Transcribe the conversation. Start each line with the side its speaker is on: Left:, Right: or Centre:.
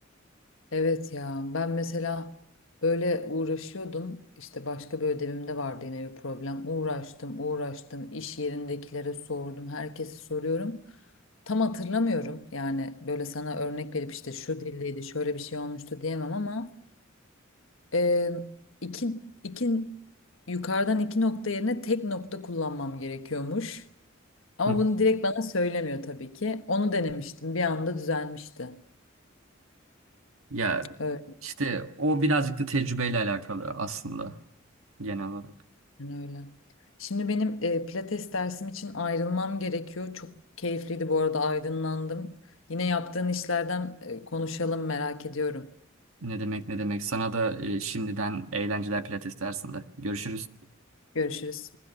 Left: Evet ya ben mesela böyle uğraşıyordum işte başka bir ödevimde vardı yine bir problem uğraştım uğraştım iş yerindekilere sordum herkese soruyorum tam hatırlamıyorum yani böyle sana örnek verip işte şu dildeydi şöyle bir şey olmuştu diyemem ama e, iki, iki yukarıdan iki nokta yerine tek nokta kullanmam gerekiyormuş ama
Right: Hı.
Left: bunu direkt bana söylemiyor tabii ki onu denemiştim bir anda düzelmişti.
Right: Ya
Left: Öyle.
Right: işte o birazcık da tecrübeyle alakalı aslında genel olarak.
Left: Yani öyle. Şimdi benim e, pilates dersim için ayrılmam gerekiyor. Çok keyifliydi bu arada aydınlandım. Yine yaptığın işlerden e, konuşalım merak ediyorum.
Right: Ne demek ne demek. Sana da e, şimdiden eğlenceler pilates dersinde. Görüşürüz.
Left: Görüşürüz.